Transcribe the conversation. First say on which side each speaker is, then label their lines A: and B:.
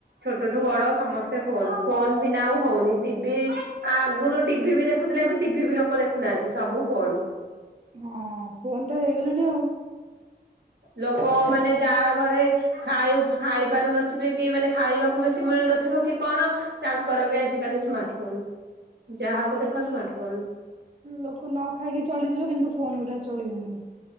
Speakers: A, on the right (about 80°); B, on the right (about 40°).
A: ଛୋଟଠୁ ବଡ ସମସ୍ତେ ଫୋନ ଫୋନ ବି ନାଉ ହଉନି ଟିଭି ଆଗରୁ ଟିଭି ବି ଦେଖୁଥିଲେ ଏବେ ଟିଭି ବି ଲୋକ ଦେଖୁନାହାନ୍ତି ସବୁ ଫୋନ?
B: ହଁ ଫୁନ୍ ତ ହେଇଗଲାଣି ଆଉ!
A: ଲୋକ ମାନେ ଯାହା ଘରେ ଖାଇ ଖାଇ ପାରୁନ ିବେ କି ମାନେ ଖାଇବାକୁ ବେଶି ମିଳୁନଥିବ କି କଣ ତାଙ୍କର ବି ଆଜ କାଲି ସ୍ମାର୍ଟ ଫୋନ? ଯାହାକୁ ଦେଖ ସ୍ମାର୍ଟଫୋନ
B: ଲୋକ ନ ଖାଇକି ଚଳିଯିବ କିନ୍ତୁ ଫୋନ ଭିଲ ଚଳିବନି